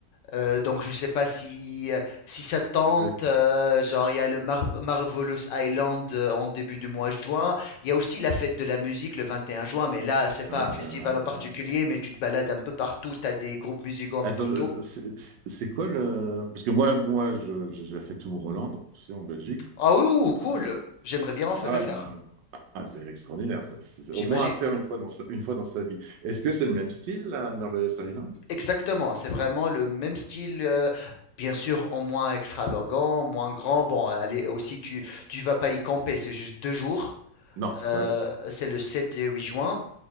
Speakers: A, on the left; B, on the right.
A: Euh, donc, je sais pas si, euh, si ça te tente.
B: Tu fais-
A: euh, genre, il y a le Mar- Marvelous Island euh, en début du mois de juin. Il y a aussi la fête de la musique le 21 juin, mais là, c'est
B: Ouais,
A: pas un festival
B: ouais, ouais,
A: en particulier,
B: ouais.
A: mais tu te balades un peu partout. Tu as des groupes musicaux un
B: Attends,
A: peu partout.
B: euh, c'est c'est- c'est quoi le... Parce que moi, moi je, je- j'ai fait tout Roland, tu sais, en Belgique.
A: Ah oui, ouh, cool.
B: Euh,
A: J'aimerais bien en fa-
B: Ah
A: le
B: ouais,
A: faire,
B: non, non. Ah, c'est extraordinaire, ça. C'est c'est
A: j'imagine.
B: au moins à faire une fois dans sa, une fois dans sa vie. Est-ce que c'est le même style, la Marvelous Island?
A: Exactement, c'est vraiment le même style, euh, bien sûr en moins extravagant, moins grand. Bon, allez, aussi tu tu vas pas y camper, c'est juste deux jours.
B: Non,
A: Euh,
B: ouais.
A: c'est le 7 et 8 juin,